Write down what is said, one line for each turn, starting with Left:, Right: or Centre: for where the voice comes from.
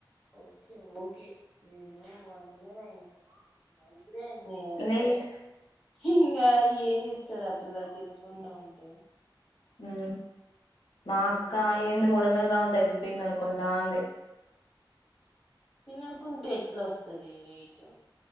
Centre: ఓకే ఓకే నేను వన్ ఇయర్యిన్నా ఇప్పురే అడి అంటే
Left: లేదు
Centre: హింగ్ ఏం తెసారు ఆ పిల్ల తినకుండా ఉంటే
Left: ఉ మా
Centre: మ్మ్
Left: అక్క ఎంద మూడుందర లు తగ్గిపోయింది. అనుకుంటా అంది
Centre: తినకుంంటట్లు స్తుది వెయిట్ం